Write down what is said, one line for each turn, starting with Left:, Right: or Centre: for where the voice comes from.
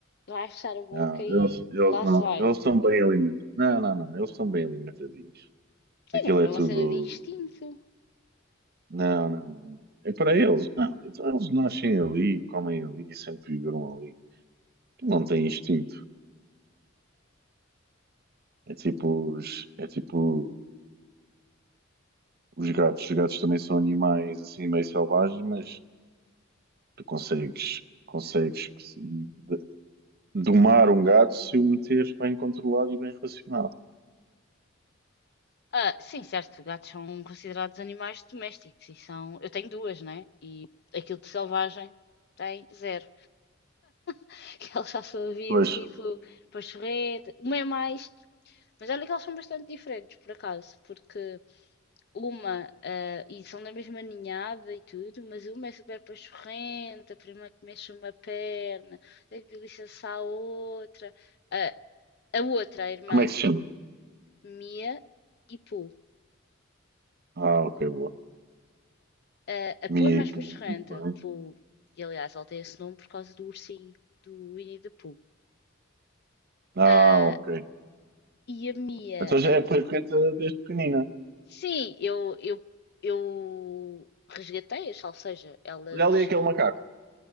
Left: vai fechar a boca
Right: Não,
Left: e
Right: eles, eles
Left: lá
Right: não.
Left: sai
Right: Eles
Left: vai?
Right: são bem alimentados. Não, não, não. Eles são bem alimentadinhos.
Left: Sim,
Right: Aquilo
Left: mas foi
Right: é tudo.
Left: uma cena de instinto.
Right: Não, não, não, não. É para eles. Não. Então eles nascem ali, comem ali e sempre viveram ali. Tu Não têm instinto. É tipo os, é tipo os gatos. Os gatos também são animais assim meio selvagens, mas tu consegues, consegues de- domar um gato se o meteres bem controlado e bem racionado.
Left: Ah, sim, certo, gatos são considerados animais domésticos e são. Eu tenho duas, né? E aquilo de selvagem tem zero. <laughs> Que eles já sua vida,
Right: Pois,
Left: tipo, para chorrer, uma é mais. Mas olha que eles são bastante diferentes, por acaso, porque Uma, ah, e são da mesma ninhada e tudo, mas uma é super pachorrenta, a prima que mexe uma perna, tem que licença a outra. Ah, a outra, a irmã
Right: como é que se chama?
Left: Mia e Pooh.
Right: Ah, ok, boa.
Left: Ah, a
Right: Mia
Left: Pooh é mais
Right: e Poo.
Left: pachorrenta.
Right: Muito bem.
Left: Pooh, e aliás, ela tem esse nome por causa do ursinho, do Winnie the Pooh.
Right: Ah,
Left: Ah,
Right: ok.
Left: e a Mia,
Right: Então já
Left: a
Right: é
Left: Mi-
Right: frequente desde pequenina.
Left: sim, eu, eu, eu resgatei-as, ou seja, elas.
Right: Olha ali aquele macaco.